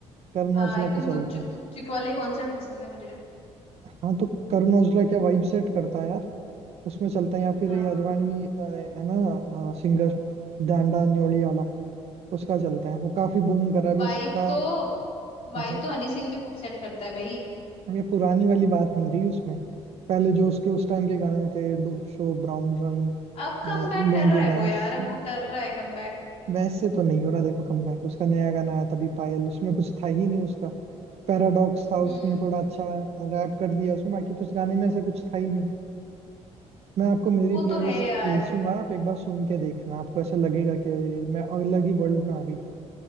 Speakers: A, on the right; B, on the left.
A: करण
B: आ,
A: औजला
B: एकदम
A: के चलते
B: दुपचुक
A: हैं
B: दुपचुक वाले कॉन्सर्ट पसंद है मुझे
A: हाँ तो करण औजला क्या वाइब सेट करता है यार उसमें चलते हैं या फिर
B: हाँ
A: ये हरिवाणवी अ, है ना सिंगर डांडा न्योली वाला उसका चलता है वो काफी बूम कर रहा है अभी
B: वाइब
A: उसका
B: तो वाइब
A: हाँ हाँ।
B: तो हनी सिंह भी खूब सेट करता है भाई
A: अब ये पुरानी वाली बात नहीं रही उसमें पहले जो उसके उस टाइम के गाने थे डोप शो ब्राउन रंग
B: अब कम
A: अ,
B: बैक
A: लुंगी
B: कर रहा है
A: डांस
B: वो यार अब वो कर रहा है कम बैक
A: वैसे तो नहीं हो रहा देखो कमबैक उसका नया गाना आया था अभी पायल उसमें कुछ था ही नहीं उसका पैराडॉक्स था
B: हम्म
A: उसने थोड़ा अच्छा रैप कर दिया उसमें बाकी तो उस गाने में ऐसा कुछ था ही नहीं मैं आपको मेरी
B: वो
A: प्लेलिस्ट
B: तो है यार
A: भेजूंगा आप एक बार सुन के देखना आपको ऐसा लगेगा कि मैं अलग ही वर्ल्ड में आ गई